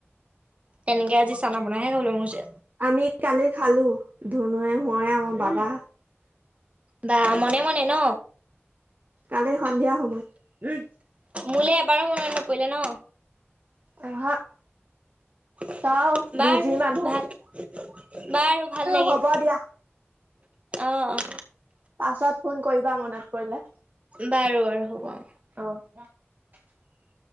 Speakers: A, on the right; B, on the right.
A: তেনেকে আজি চানা বনাহে খাবলৈ মন গৈছে।
B: আমি কালি খালো ধনুৱে মই আমাৰ বাবা
A: বা মনে মনে ন'
B: কালি সন্ধিয়া সময় উহ
A: মোলে এবাৰো মনলৈ নপৰিলে ন'
B: আহা
A: <inaudible>
B: তই
A: বাৰু
B: বিজি মানুহ
A: ভাল বাৰু ভাল লাগিল।
B: হ'ব দিয়া
A: অ',
B: পাছত ফোন কৰিবা মনত পৰিলে
A: বাৰু বাৰু হ'ব অ
B: অ', <inaudible>